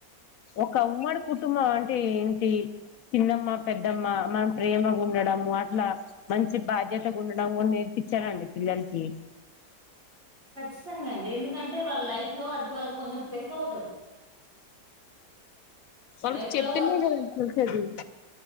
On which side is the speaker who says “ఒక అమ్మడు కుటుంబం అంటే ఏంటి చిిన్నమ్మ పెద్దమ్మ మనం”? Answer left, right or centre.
Left